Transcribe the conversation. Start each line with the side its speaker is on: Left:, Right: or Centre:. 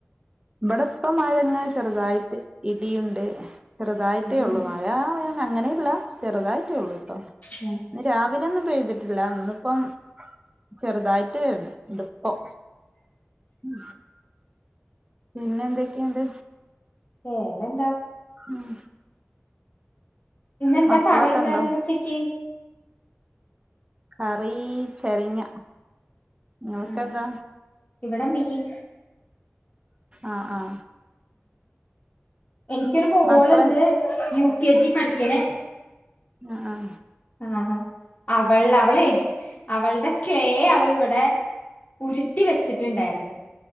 Right: ഇബടെ പ്പ മഴയങ്ങ്ചെറുതായിട്ട് ഇടിയുണ്ട്ഹ് ചെറുതായിട്ടേ
Left: ഇടിയുണ്ട്
Right: ഉള്ളു മഴയാ അങ്ങനെയില്ല ചെറുതായിട്ടേ ഉള്ളൂ കേട്ടോ
Left: ഉം
Right: ഇന്ന് രാവിലെ ഒന്നും പെയ്തിട്ടില്ല ഇന്നിപ്പം ചെറുതായിട്ട് വരുന്നുണ്ട് പ്പം ഉം പിന്നെ ന്തൊക്കെയുണ്ട്
Left: വേറെന്താ
Right: ഉം
Left: ഇന്ന് എന്താ
Right: മക്കളൊക്കെ
Left: കറി എന്തായിരുന്നു
Right: ഉണ്ടോ
Left: ഉച്ചയ്ക്ക്
Right: കറീ ചെരങ്ങ നിങ്ങൾക്കെന്താ
Left: ആ ഇവിടെ മീൻ
Right: ആഹ് ആഹ്
Left: എനിക്കൊരു മോളുണ്ട്
Right: മക്കള്
Left: യു കെ ജി പഠിക്കണ്
Right: ആ ആഹ്
Left: ആഹ് അവൾ അവളെ അവളുടെ ക്ലേ അവളിവിടെ ഉരുട്ടി വെച്ചിട്ടുണ്ടായിരുന്നു